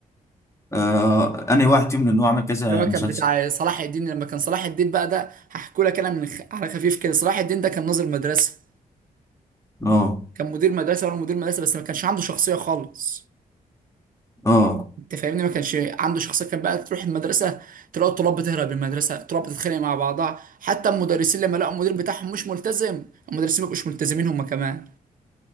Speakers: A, on the left; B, on the right.
A: آه انا واحد فيهم لان هو عمل كذا
B: اللي هو كان
A: مسلسل
B: بتاع صلاح الدين لما كان صلاح الدين بقى ده هحكوا لك انا من خ... على خفيف كده صلاح الدين ده كان ناظر مدرسه
A: اه
B: كان مدير مدرسه ولا مدير مدرسه بس ما كانش عنده شخصيه خالص
A: اه
B: انت فاهمني ما كانش عنده شخصيه كان بقى تروح المدرسه تلاقي الطلاب بتهرب من المدرسه الطلاب بتتخانق مع بعضها حتى المدرسين لما لقوا المدير بتاعهم مش ملتزم المدرسين ما بقوش ملتزمين هم كمان